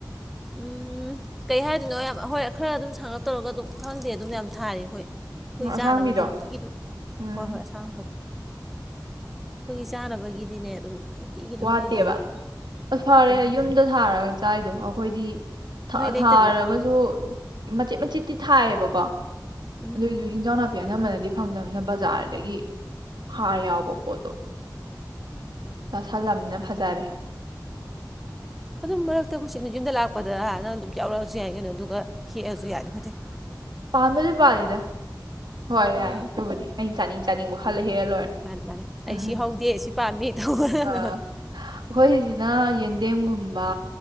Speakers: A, in the centre; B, on the right.
A: ꯎꯝ ꯀꯩ ꯍꯥꯏꯗꯣꯏꯅꯣ ꯍꯣꯏ ꯈꯔ ꯑꯗꯨꯝ ꯁꯥꯡꯂꯞ ꯇꯧꯔꯒ ꯑꯗꯨꯝ ꯈꯪꯗꯦ ꯑꯗꯨꯝ ꯌꯥꯝ ꯊꯥꯔꯤ ꯍꯣꯏ ꯑꯈꯣꯏ
B: ꯑꯁꯥꯡꯕꯤꯗꯣ
A: ꯆꯥꯅꯕꯗꯤ ꯅꯨꯡꯇꯤꯒꯤꯗꯨ
B: ꯎꯝ
A: ꯍꯣꯏ ꯍꯣꯏ ꯑꯁꯥꯡꯕꯗꯣ ꯑꯈꯣꯏꯒꯤ ꯆꯥꯅꯕꯒꯤꯗꯤꯅꯦ ꯑꯗꯨꯝ ꯅꯨꯡꯇꯤꯒꯤ ꯑꯗꯨꯝ
B: ꯋꯥꯠꯇꯦꯕ
A: ꯍꯦꯛꯏ
B: ꯑꯁ ꯐꯔꯦ
A: ꯋꯥꯠꯇꯦ ꯋꯥꯠꯇꯦ
B: ꯌꯨꯝꯗ ꯊꯥꯔꯒ ꯆꯥꯏꯗꯣ ꯑꯈꯣꯏꯗꯤ ꯊꯥ
A: ꯅꯣꯏ ꯂꯩꯇꯕ꯭ꯔꯥ
B: ꯊꯥꯔꯒꯁꯨ ꯃꯆꯦꯠ ꯃꯆꯦꯠꯇꯤ ꯊꯥꯏꯌꯦꯕꯀꯣ
A: ꯎꯝ
B: ꯑꯗꯨꯏꯁꯨ ꯍꯤꯟꯖꯥꯡ ꯅꯥꯄꯤ ꯑꯅꯝꯕꯅꯗꯤ ꯐꯪꯗꯝꯅꯤꯅ ꯕꯖꯥꯔꯗꯒꯤ ꯍꯥꯔ ꯌꯥꯎꯕ ꯄꯣꯠꯇꯣ <unintelligible> ꯂꯝꯅꯤꯅ ꯐꯖꯔꯦ
A: ꯑꯗꯨꯝ ꯃꯔꯛꯇ <unintelligible> ꯌꯨꯝꯗ ꯂꯥꯛꯄꯗ ꯅꯪ ꯑꯗꯨꯝ ꯌꯥꯎꯔꯛꯑꯁꯨ ꯌꯥꯏ ꯀꯩꯅꯣ ꯑꯗꯨꯒ ꯍꯦꯛꯑꯁꯨ ꯌꯥꯏ <unintelligible>
B: ꯄꯥꯟꯕꯗꯤ ꯄꯥꯜꯂꯤꯗ ꯍꯣꯏ
A: ꯑꯣ
B: ꯌꯥꯏꯌꯦ ꯑꯗꯨꯕꯨꯗꯤ ꯑꯩꯅ ꯆꯥꯅꯤꯡ ꯆꯥꯅꯤꯡꯕ ꯈꯜꯂ ꯍꯦꯛꯑ ꯂꯣꯏꯔꯦ
A: ꯃꯥꯅꯦ ꯃꯥꯅꯦ ꯑꯩ
B: ꯎꯝ
A: ꯁꯤ ꯍꯧꯗꯦ ꯁꯤ ꯄꯥꯝꯃꯤ ꯇꯧꯕꯅ
B: ꯑꯥ ꯑꯈꯣꯏꯒꯤꯁꯤꯅ ꯌꯦꯟꯗꯦꯝꯒꯨꯝ ꯕ